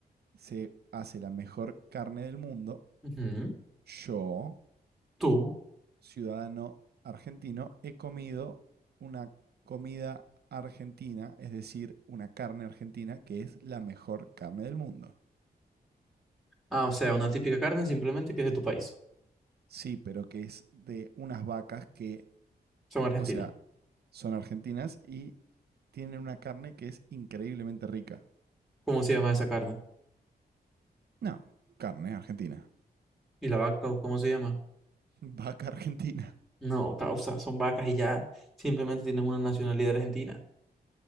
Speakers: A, on the right; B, in the centre.
A: se hace la mejor carne del mundo,
B: Ujú.
A: yo
B: Tú.
A: ciudadano argentino, he comido una comida argentina, es decir, una carne argentina que es la mejor carne del mundo.
B: Ah, o sea, una típica carne simplemente que es de tu país.
A: Sí, pero que es de unas vacas que,
B: Son argentinas.
A: o sea, son argentinas y tienen una carne que es increíblemente rica.
B: ¿Cómo se llama esa carne?
A: No, carne argentina.
B: ¿Y la vaca, cómo se llama?
A: <laughs> Vaca argentina.
B: No, causa, son vacas y ya. Simplemente tienen una nacionalidad argentina.